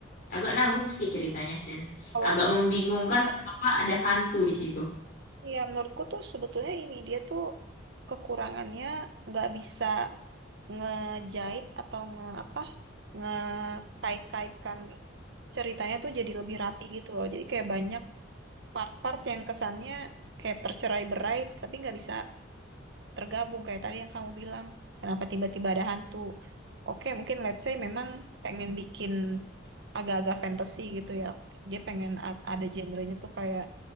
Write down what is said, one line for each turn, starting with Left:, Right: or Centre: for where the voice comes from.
Left: agak
Right: Hmm.
Left: nanggung sih ceritanya dan
Right: Kalau
Left: agak
Right: menurut,
Left: membingungkan kenapa ada hantu di situ.
Right: ya menurutku tuh sebetulnya ini dia tuh kekurangannya nggak bisa ngejahit atau nge apa ngekait-kaitkan ceritanya tuh jadi lebih rapi gitu loh. Jadi kayak banyak part-part yang kesannya kayak tercerai-berai tapi nggak bisa tergabung kayak tadi yang kamu bilang kenapa tiba-tiba ada hantu. Oke, mungkin let's say memang pengen bikin agak-agak fantasy gitu ya. Dia pengen a- ada genrenya tuh kayak